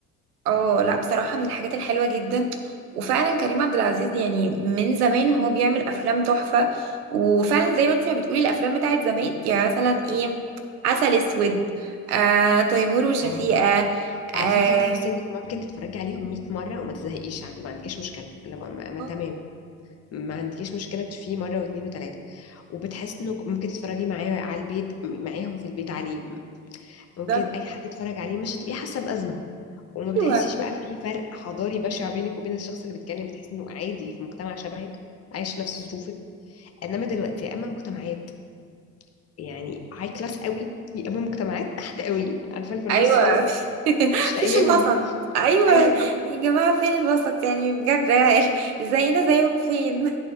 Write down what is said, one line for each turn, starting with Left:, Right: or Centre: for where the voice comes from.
Right: اه لا بصراحة من الحاجات الحلوة جدا وفعلا كريم عبد العزيز يعني من زمان وهو بيعمل أفلام تحفة وفعلا زي ما انت ما بتقولي الأفلام بتاعت زمان يعني مثلا ايه عسل أسود آه تيمور وشفيقة
Left: اه وعلى
Right: اه
Left: فكرة تحس انك ممكن تتفرجي عليهم 100 مرة وما تزهقيش عادي ما عندكيش مشكلة لو ما, ما
Right: آه،
Left: تمام ما عندكيش مشكلة تشوفيه مرة واثنين وثلاثة وبتحس انه ممكن تتفرجي معاه على البيت معاهم في البيت عليه ممكن
Right: بالظبط
Left: اي حد يتفرج عليه مش هتبقي حاسة بأزمة وما
Right: ايوه
Left: بتحسيش بقى في فرق حضاري بشع بينك وبين الشخص اللي بيتكلم بتحس انه عادي في مجتمع شبهك عايش نفس ظروفك انما دلوقتي يا اما مجتمعات يعني هاي كلاس قوي يا اما مجتمعات تحت قوي عارفه اللي في النص
Right: ايوه
Left: دول
Right: <laughs>
Left: مش
Right: مفيش
Left: لاقياهم
Right: الوسط ايوه
Left: ايوه
Right: يا جماعة فين الوسط يعني بجد <laughs> ازينا زيهم فين